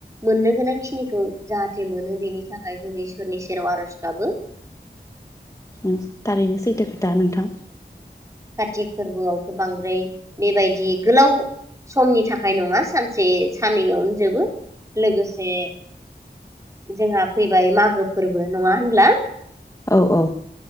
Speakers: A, on the right; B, on the left.
A: मोननो गोनां खिनिखौ जाहाथे मोनो बेनि थाखाय जों इसोरनि सेराव आर'ज गाबो
B: उम थारैनो सैथो दा नोंथां
A: कारतिक फोरबोआवथ' बांद्राय बेबायदि गोलाव समनि थाखाय नङा सानसे साननैयावनोजोबो लोगोसे जोंहा फैबाय मागो फोरबो नङा होनब्ला
B: औ औ